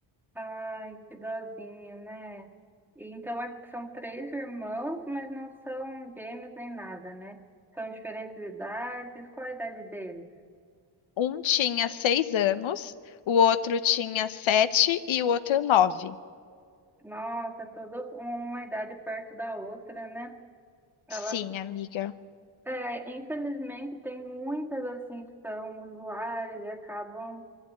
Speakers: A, in the centre; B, on the left (about 75°).
A: Ai, que dozinho, né? E então é- são três irmãos, mas não são gêmeos nem nada, né? São diferentes idades. Qual a idade deles?
B: Um tinha seis anos, o outro tinha sete e o outro nove.
A: Nossa, toda uma idade perto da outra, né? Ela
B: Sim, amiga,
A: É, infelizmente tem muitas assim que são usuárias e acabam